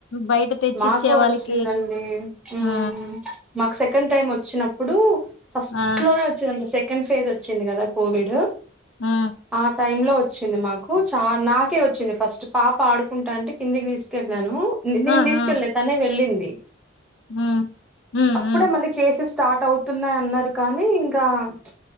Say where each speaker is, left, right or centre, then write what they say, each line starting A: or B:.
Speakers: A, on the left; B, in the centre.
A: బయట తెచ్చిచ్చే
B: మాకు వచ్చిందండి
A: వాళ్ళకి
B: మ్మ్
A: ఊ
B: మాకు సెకండ్ టైమ్ వచ్చినప్పుడు ఫస్ట్
A: ఆ
B: లోనే వచ్చిందండి సె సెకండ్ ఫేజ్ వచ్చింది కదా కోవిడ్
A: ఆ
B: ఆ టైమ్ లో వచ్చింది మాకు చ నాకే వచ్చింది ఫస్ట్ పాప ఆడుకుంటా అంటే కిందికి తీసుకెళ్ళను నేను
A: ఆ
B: తీసుకెళ్ళ
A: ఆ
B: తనే వెళ్ళింది
A: ఉమ్ ఉమ్
B: అప్పుడే
A: ఉమ్
B: మళ్ళీ కేసెస్ స్టార్ట్ అవుతున్నాయి అన్నారు కానీ ఇంకా ప్చ్